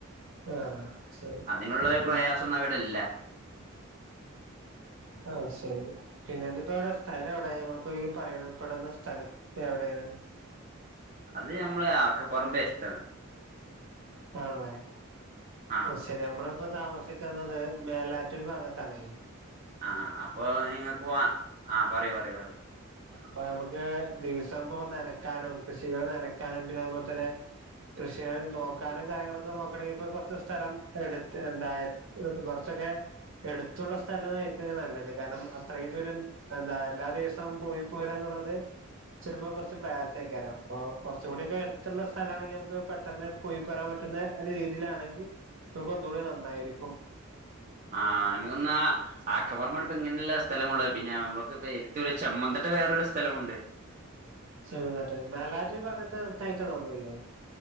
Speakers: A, on the right; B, on the right.
A: ആഹ് ശരി
B: അതിനുള്ളരു
A: പിന്നെ
B: പ്രയാസൊന്നും അവിടെല്ല.
A: ആ. ശരി പിന്നെ ഇതിപ്പോ എവടെ. സ്ഥലം എവിടെ? നമ്മളിപ്പോ പറയണ പെടുന്ന സ്ഥലത്ത് എവിടെയാണ്?
B: അത് ഞമ്മള് ആക്കപറമ്പ് എടുത്താണ്.
A: ആണല്ലേ.
B: ആഹ്
A: ശരി നമ്മള്. താമസിക്കുന്നത് മേലാറ്റുര് ഭാഗത്താണെ.
B: ആഹ അപ്പൊ നിങ്ങൾക്ക്. ആഹ പറി, പറി, പറി.
A: അപ്പൊ നമമ്മുക്ക് ദിവസം ഇപ്പ നനക്കാനും കൃഷികൾ നനക്കാനും പിന്നെ അതുപോലെ തന്നെ കൃഷി നോക്കാനും കാര്യങ്ങളൊക്കെ നോക്കയാണെങ്കിൽ ഇപ്പൊ കുറച്ച് സ്ഥലം എടുത്ത് എന്തായ കുറച്ചൊക്കെ എടുത്തുള്ള സ്ഥലായിരിക്കും നല്ലത് കാരണം അത്രയും ദൂരം എന്താ എല്ലാ ദിവസവും പോയി പോരാന്നുള്ളത്. ചിലപ്പോ കുറച്ച് പ്രയാസയ്ക്കാരം. അപ്പൊ കുറച്ചും കൂടി ഒക്കെ എടുത്തുള്ള സ്ഥല ആണെങ്കിൽ നമുക്ക് പെട്ടെന്ന് പോയി പോരാൻ പറ്റും. പറ്റുന്ന രീതിയിലാണെങ്കിൽ നമക് ഒന്നുകൂടി നന്നായിരിക്കും.
B: ആഹ് നമുക്കിന്നാ ആക്കപറമ്പാണ് ഇപ്പ ഇങ്ങനെയുള്ള സ്ഥലമുള്ളത്. പിന്നെ നമുക്ക് ചെമ്മന്ന്ത <unintelligible> വേറരു സ്ഥലമുണ്ട്
A: ചെമ്മൻതട്ടെ. മേലാറ്റൂർ ഭാഗത്തു ട്ടയിട്ടാണോ ഇതുള്ളത്.